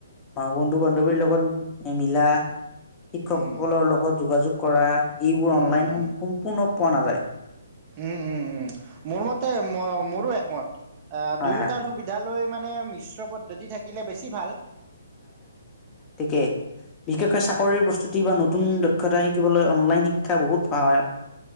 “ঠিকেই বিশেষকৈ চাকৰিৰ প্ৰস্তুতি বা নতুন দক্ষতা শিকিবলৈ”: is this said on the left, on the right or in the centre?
Left